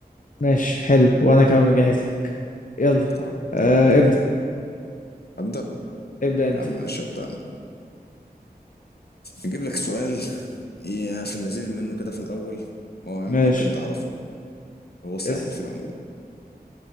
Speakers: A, on the left; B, on the left.
A: ماشي حلو وانا كمان مجهز لك يلا
B: طيب
A: آه
B: حلو الكلام
A: ابدأ
B: أبدأ
A: ابدأ انت
B: يا عم ماشي أبدأ أنا نجيب لك سؤال يا في اللذيذ منه كده في الأول هو
A: ماشي
B: ممكن تعرفه هو سهل
A: بس
B: في العموم